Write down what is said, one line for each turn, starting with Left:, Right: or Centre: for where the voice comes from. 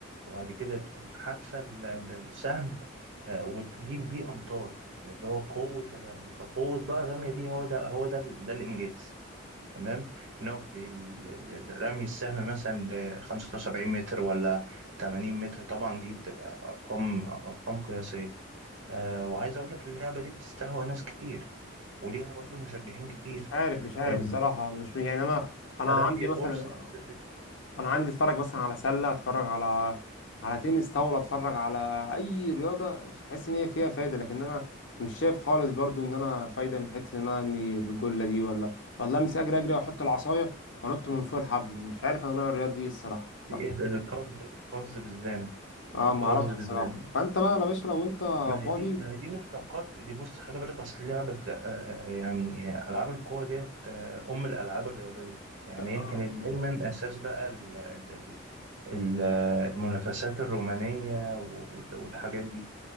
Right: وبعد كده تقوم حادفة ال- ال- السهم آه، وتجيب بيه أمطار يعني اللي هو قوة الرمية فقوة بقى الرمية دي هو ده هو ده ال- ده الإنجاز تمام ان هو بي- ال- ال- ال- رمي السهم مثلا ل 75 متر ولا 80 متر طبعا دي بتبقى ارقام ارقام قياسيه آه وعايز اقول لك اللعبه دي بتستهوى ناس كتير وليها برضو مشجعين كتير
Left: مش عارف مش عارف
Right: ال-
Left: الصراحه مش يعني انا انا
Right: رمي
Left: عندي
Right: القرص
Left: مثلا
Right: نفس الفكره
Left: انا عندي اتفرج مثلا على سله اتفرج على على تنس طاوله اتفرج على اي رياضه تحس ان هي فيها فايده لكن انا مش شايف خالص برضو ان انا فايده من حته ان انا ارمي الجله دي ولا ولا امسك اجري اجري واحط العصايه وانط من فوق الحبل مش عارف انا نوع الرياضه دي إيه الصراحه
Right: دي القفز القفز بالزانه
Left: اه
Right: القفز
Left: ما اعرفش
Right: بالزانه
Left: الصراحه فانت بقى يا باشا لو انت
Right: ما هي
Left: فاضي
Right: دي ما هي دي مشتقات دي بص خلي بالك اصل لعبه لا- آه، يعني العاب القوه ديت آه، ام الالعاب الرياضيه يعني
Left: آه،
Right: هي كانت دايما اساس بقى ال- المنافسات الرومانية وال- والحاجات دي